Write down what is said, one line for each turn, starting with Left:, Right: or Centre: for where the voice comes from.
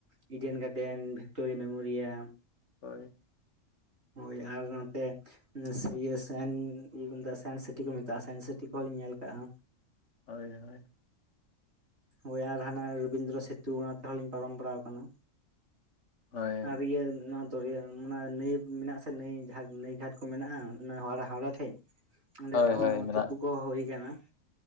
Right: ᱰᱤᱭᱟᱱ ᱜᱟᱨᱰᱮᱱ ᱵᱷᱤᱠᱴᱳᱨᱤᱭᱟ, ᱢᱮᱢᱳᱨᱤᱭᱟᱞ,
Left: ᱦᱳᱭ
Right: ᱦᱳᱭ ᱟᱨ ᱱᱚᱛᱮ ᱤᱭᱟᱹ ᱥᱟᱱ ᱤᱭᱟᱠᱚᱢᱮᱛᱟᱜᱼᱟ ᱢᱮᱛᱟᱜ ᱥᱟᱭᱮᱱᱥ ᱥᱤᱴᱤ ᱠᱚ ᱢᱮᱛᱟᱜᱼᱟ᱾ ᱥᱟᱭᱮᱱᱥ ᱥᱤᱴᱤ ᱠᱚᱦᱚᱸ ᱞᱤᱧ ᱧᱮᱞ ᱟᱠᱟᱜᱼᱟ᱾
Left: ᱦᱳᱭ - ᱦᱳᱭ
Right: ᱦᱳᱭ ᱟᱨ ᱦᱟᱱᱟ ᱨᱚᱵᱤᱱᱫᱨᱚ ᱥᱮᱛᱩ ᱚᱱᱟ ᱛᱮᱦᱚᱸᱞᱤᱧ ᱯᱟᱨᱚᱢ ᱵᱟᱲᱟᱣ ᱟᱠᱟᱱᱟ᱾
Left: ᱦᱳᱭ
Right: ᱟᱨ ᱤᱭᱟᱹ ᱱᱚ ᱫᱚᱨᱭᱟ ᱚᱱᱟ ᱱᱟᱹᱭ ᱢᱮᱱᱟᱜᱼᱟᱥᱮ ᱱᱟᱹᱭ ᱡᱟᱦᱟᱸ ᱱᱟᱹᱭ ᱜᱷᱟᱴ ᱠᱚ ᱢᱮᱱᱟᱜᱼᱟ᱾ ᱚᱱᱟ ᱦᱟᱣᱲᱟ ᱴᱷᱮᱡ ᱚᱸᱰᱮ
Left: ᱦᱳᱭ
Right: ᱠᱚᱦᱚᱸ
Left: ᱦᱳᱭ ᱢᱮᱱᱟᱜᱼᱟ
Right: ᱛᱩᱯᱩ ᱠᱚᱦᱚᱸ ᱦᱩᱭ ᱟᱠᱟᱱᱟ ᱾